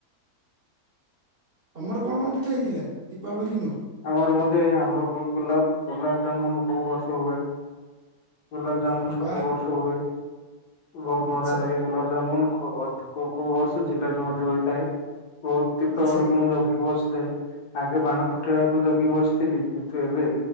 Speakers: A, on the right (about 50°); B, on the left (about 85°).
A: ତମର କଣ କଣ ପିଠା ହେଇଥିଲା ଦୀପାବଳୀ ଦିନ?
B: ଆମର ମଧ୍ୟ ଏହା ଆମର ଗୁ ଗୁଲାପ୍ ଗୋଲାପ ଜାମୁନ୍ ସବୁ ବର୍ଷ ହୁଏ। ଗୁଲାପ ଜାମୁନ୍
A: ଆରେ
B: ସବୁବର୍ଷ
A: ବାହ
B: ହୁଏ ବହୁତ୍
A: ଆଚ୍ଛା
B: ମଜା ଲାଗେ। ଗୁଲାପ ଜାମୁନ୍ କୋ କୋଉ ବର୍ଷ ଜିଲାପି ମଧ୍ୟ ହୋଇଥାଏ। ବହୁତ୍ ଦୀପାବଳିକୁ
A: ଆଚ୍ଛା
B: ମୁଁ ଜଗି ବସିଥାଏ ଆଗେ ବାଣ ଫୁ ଫଟେଇବାକୁ ଜଗି ବସିଥିଲି କିନ୍ତୁ ଏବେ